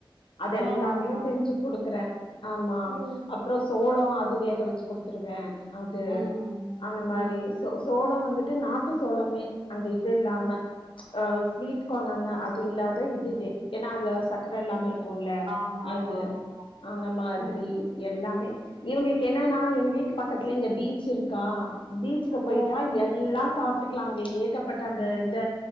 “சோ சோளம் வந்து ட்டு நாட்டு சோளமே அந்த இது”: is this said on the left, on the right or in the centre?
Left